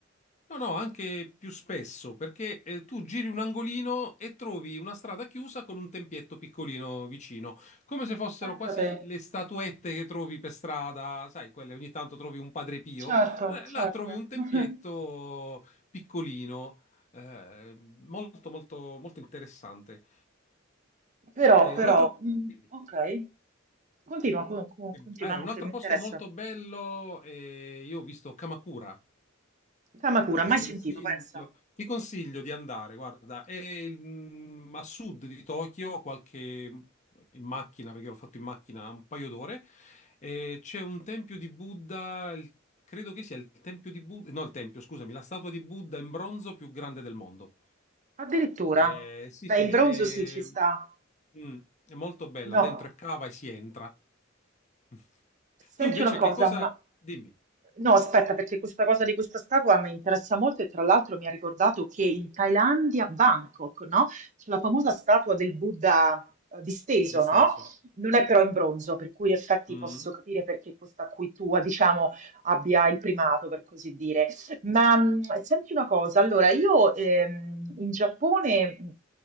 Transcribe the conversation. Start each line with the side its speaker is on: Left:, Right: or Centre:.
Left: No, no, anche più spesso, perché eh, tu giri un angolino e trovi una strada chiusa con un tempietto piccolino vicino, come se fossero
Right: Pensa
Left: quasi
Right: te.
Left: le statuette che trovi per strada, sai, quelle ogni tanto trovi un Padre Pio,
Right: Certo,
Left: eh,
Right: certo.
Left: là trovi un tempietto
Right: <laughs>
Left: piccolino, eh, molto, molto, molto interessante.
Right: Però,
Left: E
Right: però,
Left: un altro,
Right: mm,
Left: dimmi,
Right: ok. Continua, co- co-
Left: dimmi.
Right: continua,
Left: Eh,
Right: no,
Left: un
Right: che
Left: altro
Right: mi interessa.
Left: posto molto bello, eh, io ho visto Kamakura.
Right: Kamakura,
Left: Ti
Right: mai
Left: consiglio,
Right: sentito, pensa.
Left: ti consiglio di andare, guarda, è il- mm, a sud di Tokyo, qualche in macchina, perché l'ho fatto in macchina un paio d'ore, e c'è un tempio di Buddha, il- credo che sia il tempio di Buddha, no, il tempio, scusami, la statua di Buddha in bronzo più grande del mondo.
Right: Addirittura.
Left: Eh, sì,
Right: Beh,
Left: sì,
Right: in
Left: è,
Right: bronzo sì, ci sta.
Left: mm, è molto bella,
Right: No.
Left: dentro è cava e si entra. <laughs>
Right: Senti
Left: Tu invece
Right: una cosa,
Left: che cosa...
Right: ma
Left: Dimmi,
Right: no, aspetta, perché questa cosa di questa statua mi interessa molto e tra l'altro mi ha ricordato che in Thailandia, a Bangkok, no? C'è la famosa statua del Buddha eh, disteso,
Left: disteso.
Right: no? Non è però in bronzo, per cui in effetti
Left: Mm.
Right: posso capire perché questa qui tua, diciamo, abbia il primato, per così dire. Ma mh, senti una cosa, allora io ehm, in Giappone mh,